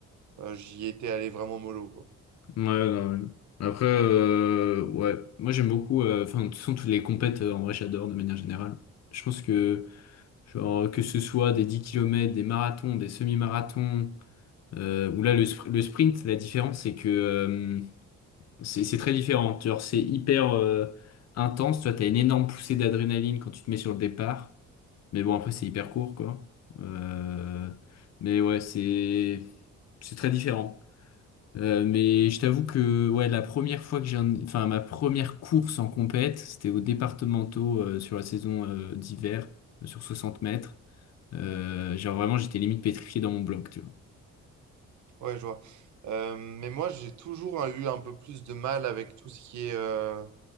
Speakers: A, on the right; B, on the left.
A: euh, j'y étais allé vraiment mollo, quoi.
B: Ouais, non, ouais. Après, euh, ouais, moi j'aime beaucoup, euh, enfin, de toute façon, toutes les compètes, euh, en vrai, j'adore de manière générale. Je pense que, genre, que ce soit des dix kilomètres des marathons, des semi-marathons, euh, ou là, le, spr- le sprint, la différence, c'est que euh, c'est c'est très différent. Genre, c'est hyper euh, intense. Toi, t'as une énorme poussée d'adrénaline quand tu te mets sur le départ. Mais bon, après, c'est hyper court, quoi. Euh, mais ouais, c'est c'est très différent. Euh, mais je t'avoue que ouais, la première fois que j'ai, un- enfin ma première course en compète, c'était aux départementaux euh, sur la saison euh, d'hiver, euh, sur 60 mètres. Euh, genre vraiment, j'étais limite pétrifié dans mon bloc, tu vois.
A: Ouais, je vois. Euh, mais moi, j'ai toujours euh, eu un peu plus de mal avec tout ce qui est euh,